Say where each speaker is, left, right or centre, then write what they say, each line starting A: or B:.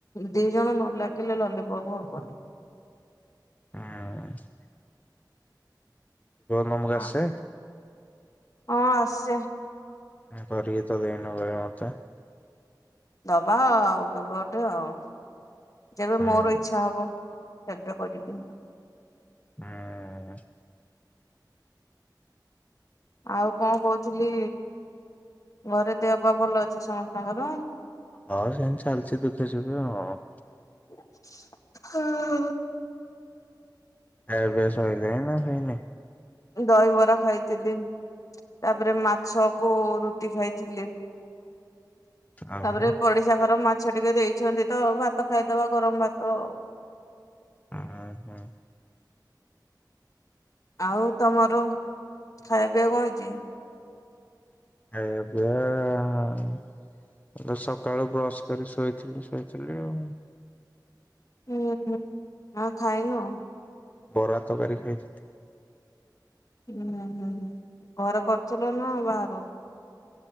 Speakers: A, on the left; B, on the left.
A: ଦିଇଜଣ ନ ଲାଗିଲେ ଲଲିପପ ହବନି।
B: ଉଁ। ତମକୁ ଆସେ?
A: ଆ ହଁ ଆସେ।
B: କାଇଁ କରିକି ତ ଦେଇନ କେବେ ମତେ।
A: ଦବା ଆଉ କେବେ ଗୋଟେ ଆଉ ଯେବେ
B: ମତେ।
A: ମୋର ଇଚ୍ଛା ହବ। ସେବେ କରିିବି।
B: ହୁଁ।
A: ଆଉ କଣ କହୁଥିଲି ଘରେ ଦେହପାଆ ଭଲ ଅଛି ସମସ୍ତଙ୍କର?
B: ହଁ ସେମତି ଚାଲଚି ଦୁଃଖେ ସୁଖେ ଆଉ
A: ହଁ।
B: ଖାଇବା ପିଇବା ଶଇଲାଣି ନା ହେଇନେଇ?
A: ଦହିବରା ଖାଇଥିଲି ତାପରେ ମାଛକୁ ରୁଟି ଖାଇଥିଲି।
B: ଓହୋ
A: ତାପରେ
B: ଓହୋ
A: ପଡିଶା ଘର ମା ମାଛ ଟିକେ ଦେଇଛନ୍ତି ତ ଭାତ ଖାଇଦବା ଗରମ ଭାତ ଆଉ।
B: ଅଁହଁ।
A: ଆଉ ତମର ଖାଇବା ପିଇବା କଣ ହେଇଚି?
B: ଖାଇବା ପିଇବା ଏବେ ସକାଳୁ ବ୍ରଶ କରି ଶୋଇଥିଲି ଶୋଇଥିଲି ଆଉ।
A: ଓହୋ ଆଉ ଖାଇନ?
B: ବରା ତକାରୀ ଖାଇଥି
A: ଉଁହୁଁ ଘର କରୁଥିଲ ନା ବାହାରୁ?